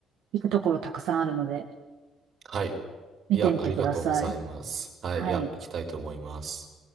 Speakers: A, on the right; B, on the right.
A: 行くところたくさんあるので、
B: はい。
A: 見てみてください。
B: いや、ありがとうございます。はい。
A: はい。
B: いや、行きたいと思います。